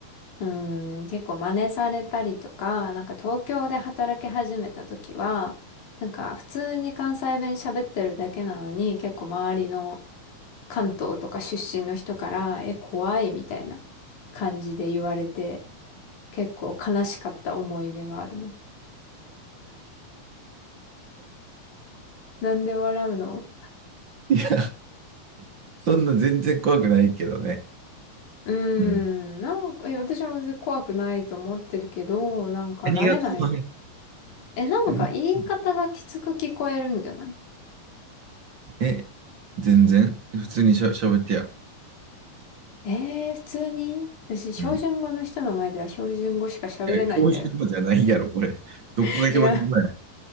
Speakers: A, on the left; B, on the right.
A: うん、結構真似されたりとか、なんか東京で働き始めた時は、なんか普通に関西弁喋ってるだけなのに、結構周りの関東とか出身の人から、え、怖いみたいな感じで言われて、結構悲しかった思い出があるの。なんで笑うの
B: いや、そんな全然怖くないけどね。
A: うーん、
B: うん。
A: なんか、え私も別に怖くないと思ってるけど、なんか慣れない。
B: 何が怖い
A: え、なんか言い方がきつく聞こえるんじゃない
B: 何が怖いえ、全然普通にしゃ、しゃべってや。
A: ええー、普通に私、標準語の人の前では標準語しか喋れないんだよ。
B: うん。いや、標準語じゃないやろ、これ。どこが標準語やね
A: <laughs> いや、